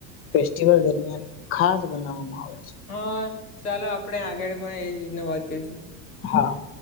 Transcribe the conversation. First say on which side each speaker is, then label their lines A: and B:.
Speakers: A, on the left; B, on the left.
A: ફેસ્ટિવલ દરમિયાન ખાસ બનાવવામાં આવે છે.
B: હા ચાલો આપણેે આગળ પણ એ જ રીતના વાત કરીશું.
A: હા